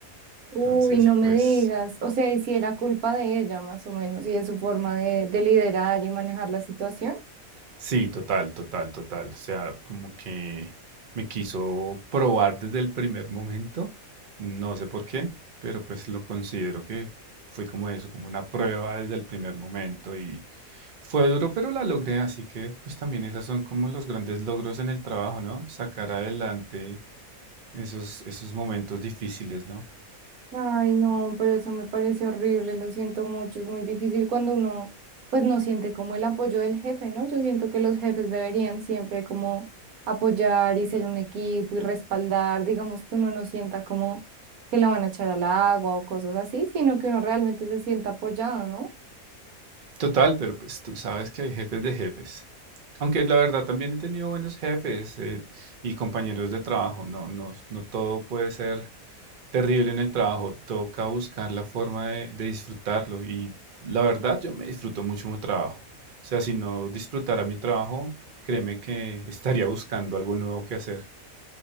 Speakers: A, on the right; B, on the right.
A: Uy,
B: Entonces,
A: no me
B: pues...
A: digas. O sea, y si era culpa de ella, más o menos, y de su forma de, de liderar y manejar la situación.
B: Sí, total, total, total. O sea, como que me quiso probar desde el primer momento, no sé por qué, pero pues lo considero que fue como eso, como una prueba desde el primer momento y fue duro, pero la logré, así que pues también esas son como los grandes logros en el trabajo, ¿no? Sacar adelante esos, esos momentos difíciles, ¿no?
A: Ay, no, pero eso me parece horrible, lo siento mucho, es muy difícil cuando uno pues no siente como el apoyo del jefe, ¿no? Yo siento que los jefes deberían siempre como apoyar y ser un equipo y respaldar, digamos que uno no sienta como que lo van a echar al agua o cosas así, sino que uno realmente se sienta apoyado, ¿no?
B: Total, pero pues tú sabes que hay jefes de jefes. Aunque la verdad también he tenido buenos jefes eh, y compañeros de trabajo. No, no, no todo puede ser terrible en el trabajo. Toca buscar la forma de, de disfrutarlo. Y la verdad, yo me disfruto mucho mi trabajo. O sea, si no disfrutara mi trabajo, créeme que estaría buscando algo nuevo que hacer.